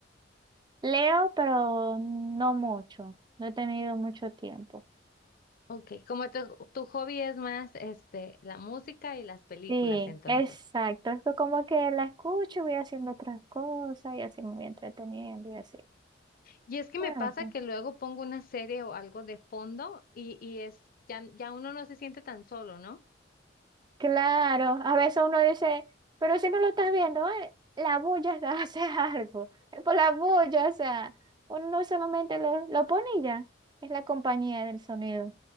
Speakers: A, on the right (about 25°); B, on the left (about 50°).
A: Leo, pero no mucho. No he tenido mucho tiempo.
B: Ok, como tu, tu hobby es más este, la música y las películas,
A: Sí,
B: entonces.
A: exacto. Es que como que la escucho, voy haciendo otras cosas y así me voy entreteniendo y así.
B: Y es que me
A: Me
B: pasa
A: gusta.
B: que luego pongo una serie o algo de fondo y, y es, ya, ya uno no se siente tan solo, ¿no?
A: Claro, a veces uno dice, pero si no lo estás viendo, eh, la bulla <laughs> hace algo. Es por la bulla, o sea, uno no solamente lo, lo pone y ya. Es la compañía del sonido.